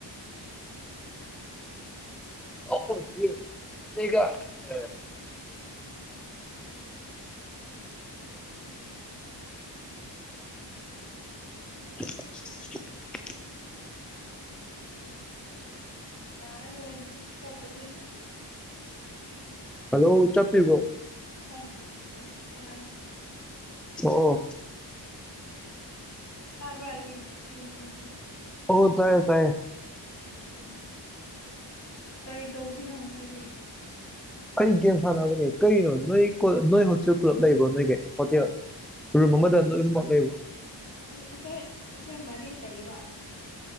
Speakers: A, in the centre; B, on the left.
A: ꯑꯒ <unintelligible> <unintelligible>
B: ꯌꯥꯥꯟꯝ ꯆꯗ ꯊꯁ <unintelligible>
A: ꯍꯥꯜꯂꯣ ꯆꯞꯄꯤꯕ꯭ꯔꯣ
B: ꯑ ꯇꯥꯔꯦ ꯇꯥꯔꯦ
A: ꯑꯣ
B: ꯇꯥꯕ꯭ꯔ ꯑꯏ ꯍꯥꯏ <unintelligible>
A: ꯑꯣ ꯇꯥꯏꯌꯦ ꯇꯥꯏꯌꯦ
B: ꯑꯆꯥ ꯀꯔꯤ ꯇꯧꯕꯈꯤꯗꯣ ꯉꯥꯁꯥꯏꯗꯩꯩ
A: ꯑꯩ ꯒꯦꯝ ꯁꯥꯟꯅꯕꯅꯦ ꯀꯩꯅꯣ ꯅꯣꯏ ꯅꯣꯏ ꯍꯣꯠꯁꯨꯦꯜ ꯄꯨꯂꯞ ꯂꯩꯕ꯭ꯔꯣ ꯅꯣꯏꯒꯤ ꯍꯣꯇꯦꯜ ꯔꯨꯝ ꯑꯃꯗ ꯅꯣꯏ ꯑꯃꯛ ꯂꯩꯕ꯭ꯔꯣ
B: ꯑꯩꯈꯣꯏ ꯑꯩꯈꯣꯏ ꯃꯔꯤ ꯂꯩꯕ